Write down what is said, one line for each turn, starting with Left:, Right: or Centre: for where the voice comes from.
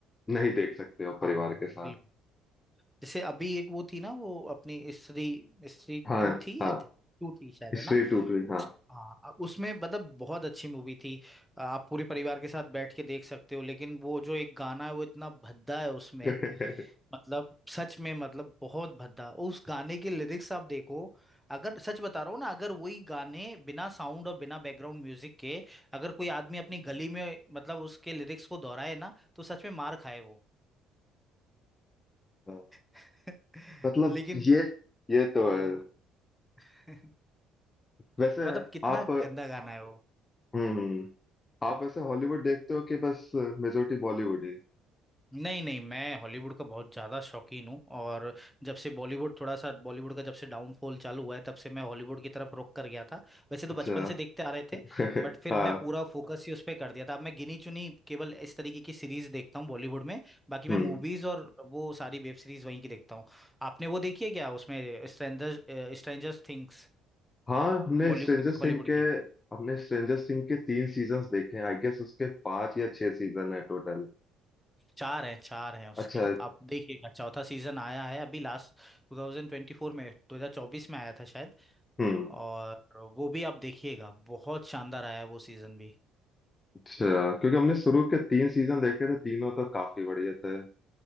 Left: नहीं देख सकते हो परिवार
Centre: हाँ
Left: के साथ
Centre: बिल्कुल जैसे अभी एक वो थी ना वो अपनी स्त्री स्त्री
Left: हाँ
Centre: टू थी
Left: हाँ
Centre: या टू थी शायद है
Left: स्ट्रे
Centre: ना
Left: टू ट्री
Centre: उस
Left: हाँ
Centre: हाँ अ- उसमें मतलब बहुत अच्छी मूवी थी आप पूरे परिवार के साथ बैठ के देख सकते हो लेकिन वो जो एक गाना है वो इतना भद्दा है उसमें
Left: <laughs> हम्म
Centre: मतलब सच में मतलब बहुत भद्दा उस गाने के लिरिक्स आप देखो अगर सच बता रहा हूँ ना अगर वही गाने बिना साउंड और बिना बैकग्राउंड म्यूजिक के अगर कोई आदमी अपनी गली में मतलब उसके लिरिक्स को दोहराए ना तो सच में मार खाए वो
Left: अ,
Centre: <laughs>
Left: मतलब
Centre: लेकिन
Left: ये ये तो
Centre: हाँ।
Left: है
Centre: <laughs>
Left: वैसे
Centre: मतलब कितना
Left: आप
Centre: गंदा गाना है वो
Left: हम्म आप वैसे हॉलीवुड देखते हो कि बस मेजोरिटी बॉलीवुड ही
Centre: नहीं नहीं मैं हॉलीवुड का बहुत ज़्यादा शौकीन हूँ और जब से बॉलीवुड थोड़ा सा बॉलीवुड का जब से डाउनफॉल चालू हुआ है तब से मैं हॉलीवुड की तरफ रुक कर गया था वैसे तो
Left: अच्छा
Centre: बचपन से देखते आ रहे
Left: <laughs>
Centre: थे बट फिर
Left: हाँ
Centre: मैं पूरा फोकस ही उस पर कर दिया था अब मैं गिनी चुनी केवल इस तरीके की सीरीज देखता हूँ बॉलीवुड में बाकी मैं
Left: हम्म
Centre: मूवीज और वो सारी वेब सीरीज वहीं की देखता हूँ आपने वो देखी है क्या उसमें Strangers Strangers Things
Left: हाँ हमने
Centre: Bollywood
Left: स्ट्रेंजर
Centre: Hollywood
Left: थिंग के
Centre: की
Left: हमने स्ट्रेंजर थिंग के तीन सीजन्स देखे हैं आई गेस उसके पांच या छह सीजन है टोटल
Centre: चार हैं चार हैं उसके
Left: अच्छा
Centre: आप देखिएगा चौथा सीजन आया है अभी लास्ट 2024 में 2024 में आया था शायद
Left: हम्म
Centre: और वो भी आप देखिएगा बहुत शानदार आया है वो सीजन भी
Left: अच्छा क्योंकि हमने शुरू के तीन सीजन देखे थे तीनों तो काफी बढ़िया थे